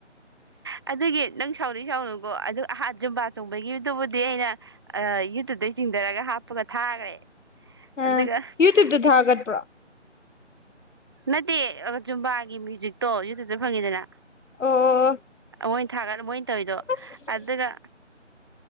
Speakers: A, on the right; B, on the left.
A: ꯑꯗꯨꯒꯤ ꯅꯪ ꯁꯥꯎꯅꯤ ꯁꯥꯎꯅꯨꯀꯣ ꯑꯗꯨ ꯑꯍꯠ ꯌꯖꯨꯝꯕꯥ ꯆꯣꯡꯕꯒꯤꯗꯨꯕꯨꯗꯤ ꯑꯩꯅ ꯌꯨꯇꯨꯕꯇꯩ ꯆꯤꯡꯊꯔꯒ ꯍꯥꯞꯄꯒ ꯊꯥꯈ꯭ꯔꯦ ꯑꯗꯨꯒ
B: ꯑ ꯌꯨꯇꯨꯕ ꯇ
A: ꯏꯁ
B: ꯊꯥꯒꯠꯄ꯭ꯔꯥ
A: ꯅꯠꯇꯦ ꯆꯨꯝꯕꯥ ꯃ꯭ꯌꯨꯖꯤꯛꯇꯣ ꯌꯨꯇ꯭ꯨꯕꯇ ꯐꯪꯉꯤꯗꯅ
B: ꯑꯣ
A: ꯃꯣꯏ ꯊꯥꯒꯠꯂ ꯃꯣꯏꯅ ꯇꯧꯋꯗꯣ
B: ꯑꯁ
A: ꯑꯗꯨꯒ